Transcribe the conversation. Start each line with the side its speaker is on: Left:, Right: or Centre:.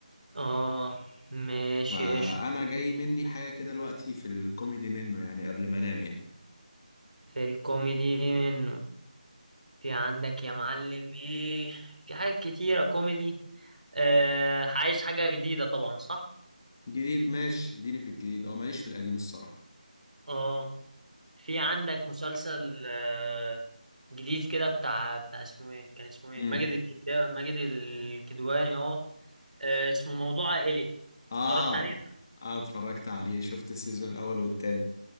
Right: اه ماشي
Left: فانا
Right: قشطة
Left: جاي مني حاجه كده دلوقتي في الكوميدي منه يعني قبل ما انام يعني
Right: في الكوميدي منه في عندك يا معلم ايه في حاجات كتيرة كوميدي آه عايز حاجة جديدة طبعا صح
Left: جديد ماشي اديني في الجديد اه ماليش في القديم الصراحة
Right: اه في عندك مسلسل آه جديد كده بتاع بتاع اسمه ايه كان اسمه ايه
Left: امم
Right: ماجد الكدواني ماجد الكدواني اه آه، اسمه موضوع عائلي
Left: اه
Right: اتفرجت عليه
Left: اه اتفرجت عليه شفت السيزون الاول والتاني